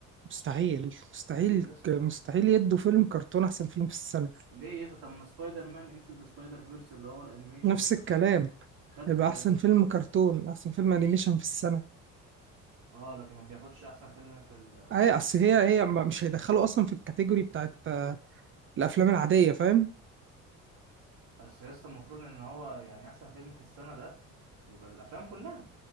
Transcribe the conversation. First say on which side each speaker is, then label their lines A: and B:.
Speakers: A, on the right; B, on the right.
A: مستحيل مستحيل
B: ليه يا اسطى
A: ك- مستحيل يدوا فيلم كرتون احسن فيلم في السنه
B: ليه يسطا طب ما سبايدر مان انتو ذا سبايدر فيرس اللي هو الانيميشن
A: نفس
B: ده
A: الكلام
B: خد
A: هيبقى احسن فيلم كرتون احسن فيلم انيميشن في السنه
B: اه لكن ما بياخدش احسن فيلم في ال...
A: اي اصل هي هي ما- مش هيدخلوا اصلا في الكاتيجوري بتاعت آه، الافلام العاديه فاهم
B: اصل يسطا المفروض ان هو يعني احسن فيلم في السنة ده بيبقى الافلام كلها